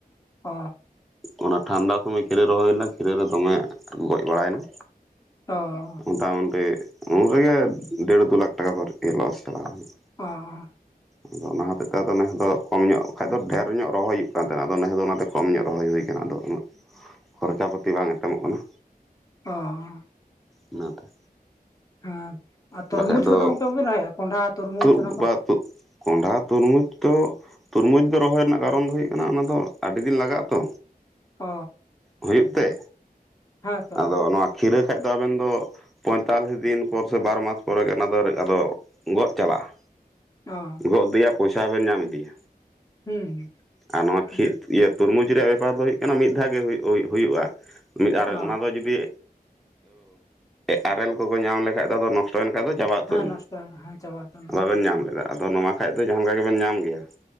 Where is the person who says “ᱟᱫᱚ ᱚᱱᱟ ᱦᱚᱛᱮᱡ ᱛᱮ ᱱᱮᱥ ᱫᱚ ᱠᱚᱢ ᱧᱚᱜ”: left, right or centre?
Centre